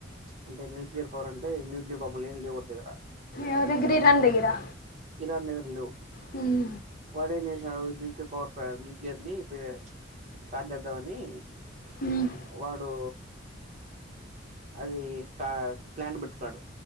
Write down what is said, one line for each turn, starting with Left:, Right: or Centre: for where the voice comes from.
Right: అంటే న్యూక్లియర్ పవర్ అంటే న్యూక్లి బల్బులు ఏమ్ లేవు వాల దగ్గర
Left: ఎవరి దగ్గర ఇరాన్ దగ్గరా
Right: ఇరాన్ దగ్గరా లేవ్
Left: హుమ్
Right: వాడేం చేసాడు న్యూక్లియర్ పవర్ ప్లాన్ న్యూక్లియర్ ని స్టార్ట్ చేద్దామని
Left: హ్మ్.
Right: వాడు అదీ ప్లాన్ పెట్టినాడు